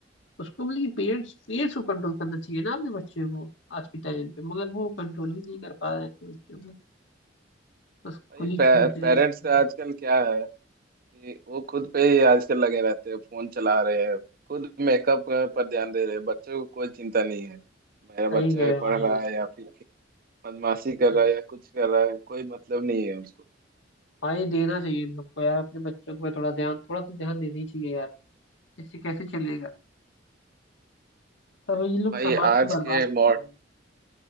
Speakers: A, on the left; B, on the right.
A: उसको मतलब कि पेरेंट्स पेरेंट्स को कंट्रोल करना चाहिए ना अपने बच्चे को आज के टाइम पे मगर वो कंट्रोल ही नहीं कर पा रहे अपने बच्चे को बस
B: भाई
A: खुली
B: पे,
A: छूट दे
B: पेरेंट्स
A: रखी
B: का
A: है।
B: आजकल क्या है कि वो खुद पे ही आजकल लगे रहते हैं फोन चला रहे हैं खुद मेकअप पर ध्यान दे रहे हैं बच्चों को कोई चिंता नहीं है मेरा
A: सही
B: बच्चा
A: कह रहे हो
B: पढ़
A: भाई
B: रहा है या फिर बदमाशी कर
A: सही।
B: रहा है या कुछ कर रहा है कोई मतलब नहीं है उसको
A: हाँ ये देना चाहिए इन लोग को यार अपने बच्चों को थोड़ा ध्यान थोड़ा तो ध्यान देना ही चाहिए यार इससे कैसे चलेगा सब ये लोग
B: भाई
A: समाज
B: आज
A: को बर्बाद
B: के
A: कर
B: मॉड
A: रहे हैं